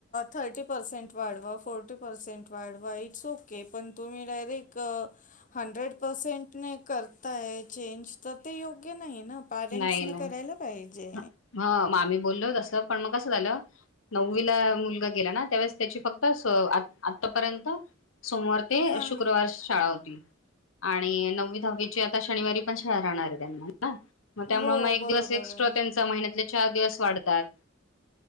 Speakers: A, on the left; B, on the left.
A: थर्टी पर्सेंट वाढवा फोर्टी पर्सेंट वाढवा इट्स ओके पण तुम्ही डायरेक्ट हंड्रेड पर्सेंट ने करताय चेंज तर योग्य नाही ना पॅरेंट्स
B: नाही ना
A: करायला पाहिजे
B: हा मग आम्ही बोललो तस पण मग कसं झालं नववीला मुलगा गेला ना त्यावेळेस त्याची फक्त आतापर्यंत सोमवार ते
A: हां
B: शुक्रवार शाळा होती आणि नववी दहावीची आता शनिवारी पण शाळा राहणार आहे त्यांना ना मग त्यामुळे
A: हो
B: मग एक
A: बरोबर
B: दिवस एक्स्ट्रा
A: आहे.
B: त्यांचा महिन्यात चार दिवस वाढतात